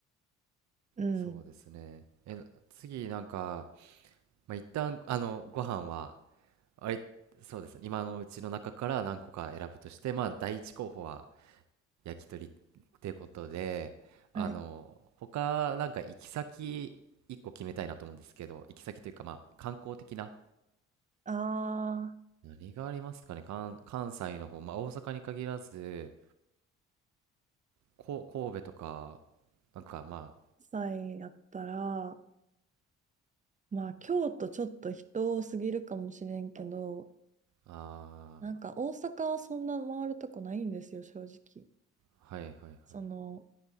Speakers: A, on the right; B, on the right.
A: うん。
B: そうですね。え、次なんか、まあ、一旦、あの、ご飯は、あれ、そうですね。今のうちの中から何個か選ぶとして、まあ、第一候補は焼き鳥ってことで、あの、
A: はい。
B: 他、なんか行き先、一個決めたいなと思うんですけど、行き先というか、まあ、観光的な。
A: あ
B: 何がありますかね、関、関西の方、まあ、大阪に限らず、こ、神戸とか、なんかま
A: ー、菜やったら、まあ京都ちょっと人多すぎるかもしれんけど、
B: あ、
A: なんか大阪はそんな回るとこないんですよ、正直。
B: あー、はいはいはい、
A: その、